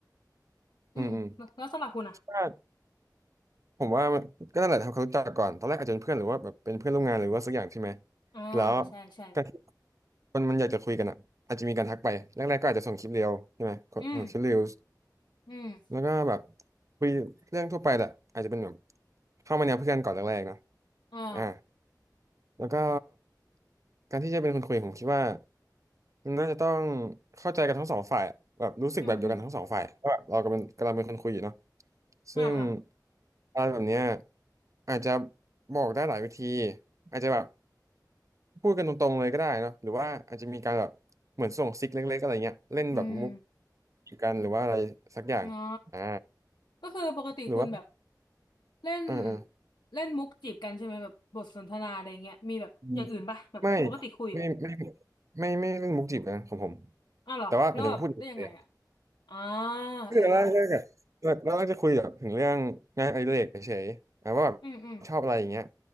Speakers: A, on the left; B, on the right.
A: อืมแล้วสำหรับคุณอ่ะ
B: อืมอืมคิดว่าผมว่ามันก็นั่นแหละทำความรู้จักก่อนตอนแรกอาจจะเป็นเพื่อนหรือว่าแบบเป็นเพื่อนร่วมงานหรือว่าสักอย่างใช่ไหม
A: อ่าใช่ใช่
B: แล้วการที่คนมันอยากจะคุยกันอ่ะอาจจะมีการทักไปแรกๆก็อาจจะส่งคลิปเรียวใช่ไหมส่งคลิปเรียว
A: อืม อืม
B: แล้วก็แบบคุยเรื่องทั่วไปแหละอาจจะเป็นแบบเข้ามาแนวเพื่อนก่อนแรกๆนะ
A: อ่า
B: อ่าแล้วก็การที่จะเป็นคนคุยผมคิดว่ามันน่าจะต้องเข้าใจกันทั้งสองฝ่ายอะแบบรู้สึกแบบเดียวกันทั้งสองฝ่ายว่าแบบเรากำลังกำลังเป็นคนคุยอยู่เนาะ
A: อืมอืมอ่าอ่า
B: ซึ่งอะไรแบบเนี้ยอาจจะบอกได้หลายวิธีอาจจะแบบพูดกันตรงๆเลยก็ได้เนาะหรือว่าอาจจะมีการแบบเหมือนส่งซิกเล็กๆอะไรเงี้ยเล่นแบบมุก
A: อืม
B: กันหรือว่าอะไรสักอย่างอ่า
A: อ๋อก็คือปกติคุณแบบ
B: หรือว่า
A: เล่น
B: เอ่อ
A: เล่นมุกจีบกันใช่ไหมแบบบทสนทนาอะไรเงี้ยมีแบบอย่างอื่นป่ะแบบปกติคุยอ่ะ
B: อืมไม่ไม่ไม่ไม่ไม่เรื่องมุกจีบนะของผม
A: อ้าวเหรอแล้วแบบได้ยังไงอ่ะ
B: แต่ว่าหมายถึงว่าพูดถึงเลยอะ
A: อ่า
B: คือเราแรกๆอะเราเราก็จะคุยแบบถึงเรื่องงานอดิเรกเฉยๆอ่ะว่าแบบ
A: เออเออเอออืมอืม
B: ชอบอะไรอย่างเงี้ย